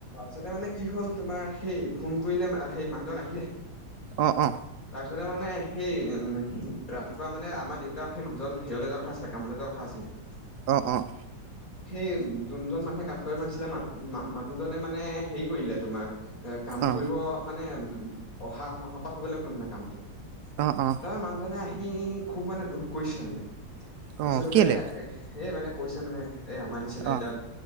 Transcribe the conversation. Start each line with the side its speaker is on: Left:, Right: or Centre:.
Left: পিছতে মানে কি হ'ল তোমাৰ সেই ফোন কৰিলে সেই মানুহজন আহি
Right: অ অ
Left: তাৰপাছতে মানে সেই ৰাতিপুৱা মানে আমাৰ দেউতা সেইমানুহজন হেৰিয়লে যোৱা কথা কথা আছিলে কামলে যোৱা কথা আছিলে।
Right: অঁহ-অঁহ
Left: এই কোনজন মানুহে কাম কৰিব মাতিছিলে মানুহজনে মানে হেৰি কৰিলে তোমাৰ এ কাম
Right: অ
Left: কৰিব মানে অহা মাহৰ পৰা কৰিবলৈ কলে তাৰপৰা
Right: অ অ
Left: মানুহজনে আহি খুব মানে দুখ কৰিছে মানে। কৈছে
Right: অ
Left: বোলে
Right: কেলে
Left: এই মানে কৈছে মানে। এই আমাৰ নিচিনা
Right: অ
Left: এতিয়া